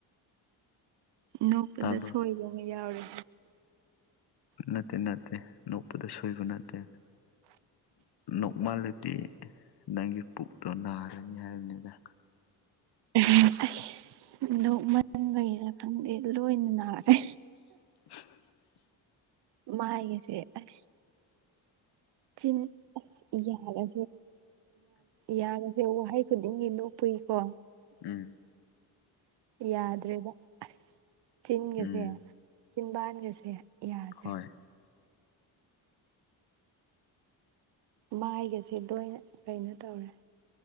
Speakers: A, on the right (about 60°); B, on the left (about 55°).
A: ꯅꯣꯛꯄꯗ
B: ꯇꯥꯕ꯭ꯔꯣ
A: ꯁꯣꯏꯕ ꯑꯃ ꯌꯥꯎꯔꯦ
B: ꯅꯠꯇꯦ ꯅꯠꯇꯦ ꯅꯣꯛꯄꯗ ꯁꯣꯏꯕ ꯅꯠꯇꯦ ꯅꯣꯛꯃꯜꯂꯗꯤ ꯅꯪꯒꯤ ꯄꯨꯛꯇꯣ ꯅꯥꯔꯅꯤ ꯍꯥꯏꯕꯅꯤꯗ
A: ꯎ ꯑꯁ ꯅꯣꯛ ꯃꯟ ꯂꯩꯔ ꯈꯪꯗꯦ ꯂꯣꯏꯅ ꯅꯥꯔꯦ
B: <inaudible>
A: ꯃꯥꯒꯦꯁꯦ ꯑꯁ ꯆꯤꯟ ꯑꯁ ꯌꯥꯔ ꯌꯥꯔꯁꯦ ꯋꯥꯍꯩ ꯈꯨꯗꯤꯡꯒꯤ ꯂꯣꯛꯄꯨꯏꯀꯣ
B: ꯎꯝ
A: ꯌꯥꯗ꯭ꯔꯦꯕ ꯑꯁ ꯆꯤꯟꯒꯁꯦ
B: ꯎꯝ
A: ꯆꯤꯝꯕꯥꯟꯒꯁꯦ ꯌꯥꯗ꯭ꯔꯦ
B: ꯍꯣꯏ
A: ꯃꯥꯏꯒꯁꯦ ꯂꯣꯏꯅ ꯀꯩꯅꯣ ꯇꯧꯔꯦ